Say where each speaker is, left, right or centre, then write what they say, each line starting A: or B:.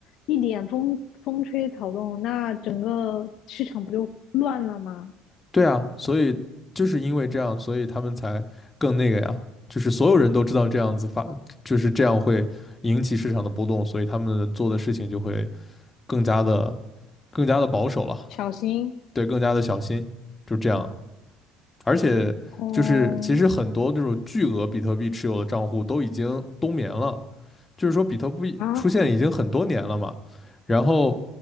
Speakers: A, on the left (about 60°); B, on the left (about 25°).
A: 一点风风吹草动，那整个市场不就乱了吗？
B: 对啊，所以就是因为这样，所以他们才更那个呀，就是所有人都知道这样子发，就是这样会引起市场的波动，所以他们做的事情就会更加的、更加的保守了，
A: 小心
B: 对，更加的小心，就这样。而且就是其实很多那种巨额比特币持有的账户都已经冬眠了，
A: 哦
B: 就是说比特币出现已经很多年了嘛，
A: 啊
B: 然后